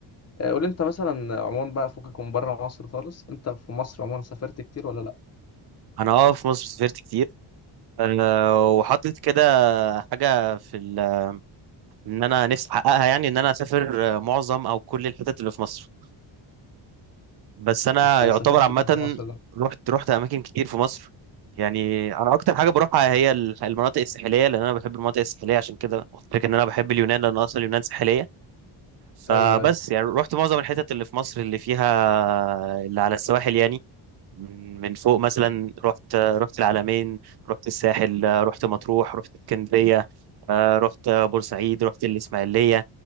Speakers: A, on the left (about 35°); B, on the right (about 55°).
A: آه، قول انت مثلا عموما بقى فكك من بره مصر خالص انت في مصر عموما سافرت كتير ولا لا
B: انا اه في مصر سافرت كتير آه، وحاطط كده حاجه في ال- ان انا نفسي احققها يعني ان انا اسافر آه، معظم او كل الحتت اللي في مصر بس انا
A: انت سافرت
B: يعتبر عامه
A: فين في مصر ده
B: رحت رحت اماكن كتير في مصر يعني انا اكتر حاجه بروحها هي ال- المناطق الساحليه لان انا بحب المناطق الساحليه عشان كده قلت لك ان انا بحب اليونان لان اصلا اليونان ساحليه فبس
A: ايوه ايوه
B: يعني رحت معظم الحتت اللي في مصر اللي فيها اللي على السواحل يعني من من فوق مثلا رحت رحت العلمين رحت الساحل رحت مطروح رحت اسكندريه آه، رحت بورسعيد رحت الاسماعيليه